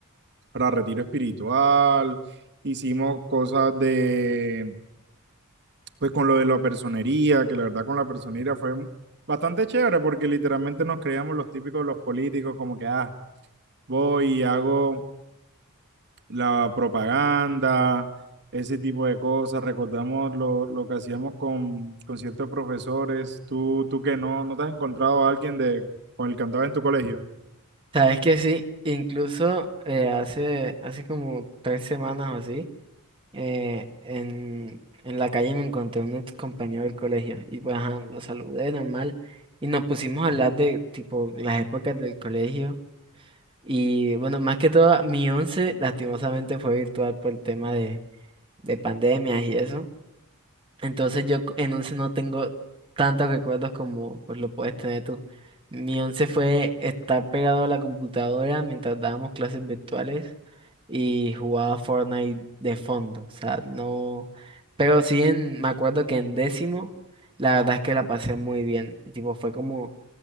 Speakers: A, on the right; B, on the right.
A: para retiro espiritual, hicimos cosas de, pues con lo de la personería, que la verdad con la personería fue... Bastante chévere porque literalmente nos creíamos los típicos los políticos como que, ah, voy y hago la propaganda, ese tipo de cosas. Recordamos lo, lo que hacíamos con, con ciertos profesores. Tú, tú que no, no te has encontrado a alguien de, con el que andabas en tu colegio.
B: Sabes que sí, incluso eh, hace, hace como tres semanas o así, eh, en, en la calle me encontré un ex compañero del colegio y pues ajá, lo saludé normal y nos pusimos a hablar de tipo las épocas del colegio y bueno, más que todo mi once lastimosamente fue virtual por el tema de, de pandemias y eso. Entonces yo c- en once no tengo tantos recuerdos como pues lo puedes tener tú. Mi once fue estar pegado a la computadora mientras dábamos clases virtuales y jugaba Fortnite de fondo. O sea, no. Pero sí en, me acuerdo que en décimo, la verdad es que la pasé muy bien. Y tipo, fue como